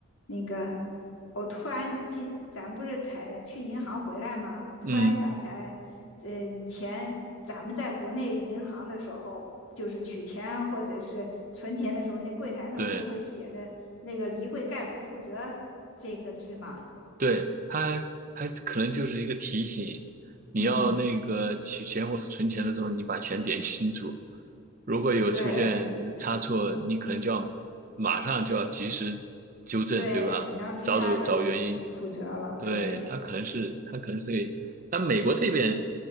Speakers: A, on the left; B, on the right.
A: 那个，我突然进，咱不是才去银行回来吗？我突然想起来，
B: 嗯，
A: 呃，以前咱们在国内银行的时候，就是取钱或者是存钱的时候，那柜台上面都会写的那个“离柜概不负责”这个字嘛。
B: 对对，它还可能就是一个提醒，你要那个取钱或者存钱的时候，
A: 嗯，
B: 你把钱点清楚。如果有出现差错，
A: 对
B: 你可能就要马上就要及时纠正，
A: 对，
B: 对吧？
A: 你要离开了，
B: 找找找原因。
A: 人家就不负责了。
B: 对，
A: 对
B: 它可能是它可能是这个，但美国这边